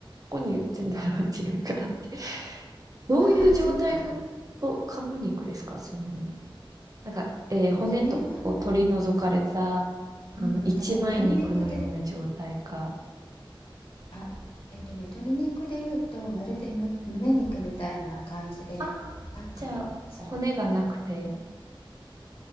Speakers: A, on the right; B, on the left.
A: こに売ってんだろうっていうか、あって。どういう状態のと鴨肉ですかその、
B: あそっか
A: なんか、えー骨とかを取り除かれた、
B: それはね
A: あの、
B: うんうんなんかね鶏肉で
A: 一枚肉のような状態か。
B: あ、えっとね、鶏肉で言うと、まるでむ胸肉みたいな感じで、
A: ああ、
B: パックに、
A: じゃあ、
B: そう、
A: 骨がなくて。